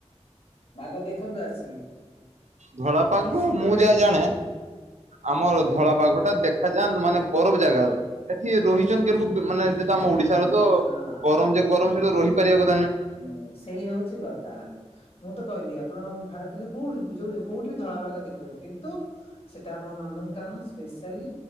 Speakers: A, on the left; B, on the right.
A: ବାଘ ଦେଖନ୍ତୁ ଆସିକି।
B: ଧଳାପାଗ
A: ଶୀତ
B: ମୁଁ
A: ଦିନ
B: ଯାହା ଜାଣେ ଆମର
A: ଆଜ୍ଞା
B: ଧଳାବାଘ ଟା ଦେଖ ଦେଖାଯାଆନ୍ତ ମାନେ ବରଫ ଜାଗାର ଏଠି ରହିଚନ କେରକୁ ମାନେ ଯେତ ଆମ ଓଡିଶାର ତ
A: ହଁ
B: ଗରମ ଯେ ଗରମ ସେଠିତ ରହିପାରିବା କଥା ନୁହେଁ।
A: ହୁଁ ସେଇ ହଉଛି କଥା। ମୁଁ ତ କହିଲି ଆପଣ ଭାରତରେ କୋଉଠି ବି ଯୋଅ କୋଉଠି ବି ଧଳା ବାଘ ଦେଖିପାରବନି କିନ୍ତୁ ସେଟା ଆମ ନନ୍ଦନକାନନ ସ୍ପେସାଲ୍